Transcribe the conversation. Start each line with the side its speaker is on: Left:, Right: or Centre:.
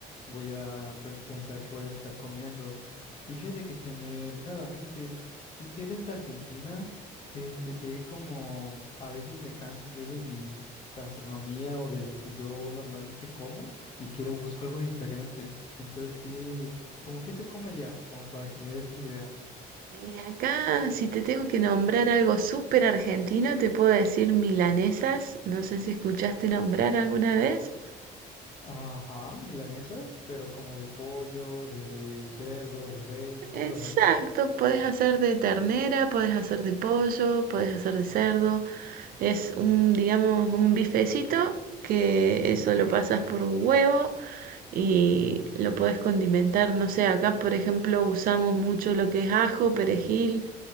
Left: voy a pre- pensar que voy a estar comiendo. Y fíjate que se me vino a la mente, tú que eres de Argentina, este, que como a veces me canso yo de mi gastronomía o de lo que yo normalmente como y quiero busco algo diferente. Entonces, ¿qué, como qué se come allá? Como para que me des una idea.
Right: Y acá, si te tengo que nombrar algo súper argentino, te puedo decir milanesas. No sé si escuchaste nombrar alguna vez.
Left: Ajá, milanesas, pero como de pollo, de cerdo, de res, ¿cómo
Right: Exacto,
Left: las hacen?
Right: podés hacer de ternera, podés hacer de pollo, podés hacer de cerdo. Es un, digamos, un bifecito que
Left: Ujú,
Right: eso lo pasas por huevo y lo podés condimentar, no sé, acá por ejemplo usamos mucho lo que es ajo, perejil,